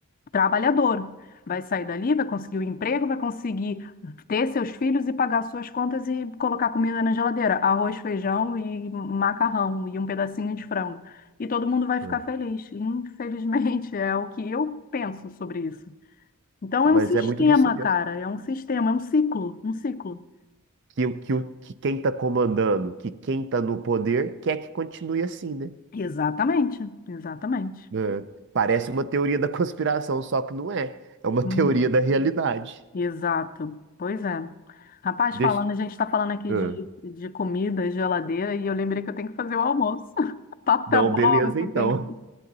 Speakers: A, on the left (about 40°); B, on the right (about 55°).
A: trabalhador. Vai sair dali, vai conseguir o emprego, vai conseguir ter seus filhos e pagar suas contas e colocar comida na geladeira, arroz, feijão e macarrão e um pedacinho de frango. E todo mundo vai ficar
B: É.
A: feliz. Infelizmente, <laughs> é o que eu penso sobre isso. Então,
B: Mas
A: é um sistema,
B: é muito disso mesmo.
A: cara, é um sistema, é um ciclo, um ciclo.
B: Que, o- que, o- que quem está comandando, que quem está no poder, quer que continue assim, né?
A: Exatamente, exatamente.
B: É. Parece uma teoria da <laughs> conspiração, só que não é. É uma
A: Uhum.
B: teoria da realidade.
A: Exato. Pois é. Rapaz,
B: Deixa...
A: falando, a gente está falando aqui
B: É.
A: de, de comida, geladeira, e eu lembrei que eu tenho que fazer o almoço. <laughs> O papo
B: Não,
A: tá bom,
B: beleza,
A: mas
B: então.
A: eu tenho que.